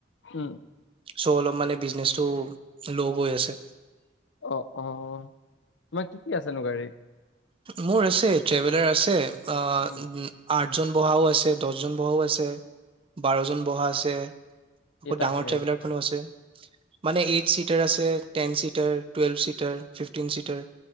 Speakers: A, on the left; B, on the right.
A: হম
B: চ' অলপ মানে বিজনেচটো ল' গৈ আছে
A: অ অ তোমাৰ কি কি আছেনো গাড়ী
B: মোৰ আছে ট্ৰেভেলাৰ আছে অ আঠ
A: উম
B: আাতজন বহাও আছে দহজন বহাও আছে বাৰজন বহা আছে
A: কেইটা
B: আকৌ ডাঙৰ
A: আছে গাড়ী?
B: ট্ৰেভেলাৰ খোনো আছে মানে এইছিপ <unintelligible> ten seater twelve seater fifteen seater